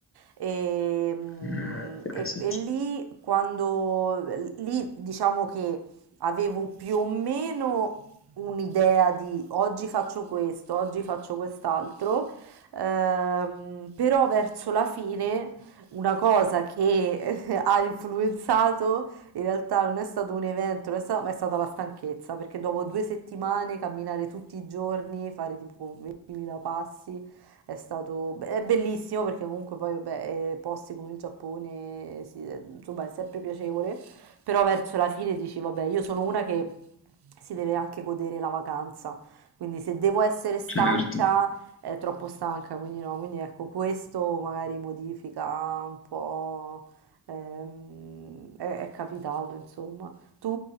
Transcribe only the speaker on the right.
E, mm,
e-
e lì, quando lì diciamo che avevo più o meno un'idea di oggi faccio questo, oggi faccio quest'altro, ehm, però verso la fine una cosa che <laughs> ha influenzato in realtà non è stato un evento, non è stato- ma è stata la stanchezza, perché dopo due settimane camminare tutti i giorni, fare tipo 20.000 passi, è stato be- è bellissimo perché comunque poi vabbè, eh, posti come il Giappone, sì, eh, insomma, è sempre piacevole, però verso la fine dici, vabbè, io sono una che si deve anche godere la vacanza, quindi se devo essere stanca
è troppo stanca, quindi no, quindi ecco, questo magari modifica un po' Ehm, è, è capitato, insomma. Tu,